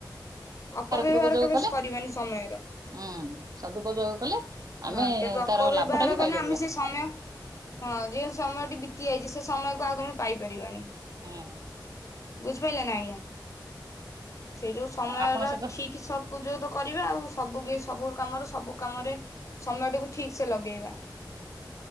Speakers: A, on the left; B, on the right.
A: ଅପବ୍ୟବହାର
B: ସଦୁପଯୋଗ
A: କେବେ
B: କଲେ
A: କରିବାନି ସମୟର।
B: ହୁଁ ସଦୁପଯୋଗ କଲେ ଆମେ
A: ହଁ କେବେ ଅପ
B: ତାର
A: ବ୍ୟବହାର
B: ଲାଭ ଟା ବି
A: କଲେ
B: ପାଇପାରିବା
A: ଆମେ ସେ ସମୟ ହଁ ଯେଉ ସମୟଟି ବିତି ଯାଇଛି ସେ ସମୟକୁ ଆଉ ତମେ ପାଇପାରିବନି।
B: ହୁଁ।
A: ବୁଝିପାରିଲେ ନା ଆଜ୍ଞା ସେ ଯୋଉ ସମୟ
B: ଆପଣଙ୍କ
A: ଟା
B: ସହିତ
A: ଠିକ ସବ ଉପଯୋଗ ତ କରିବା ଆଉ ସବୁ ଗି ସବୁ କାମରେ ସବୁ କାମରେ ସମୟଟିକୁ ଠିକ ସେ ଲଗେଇବା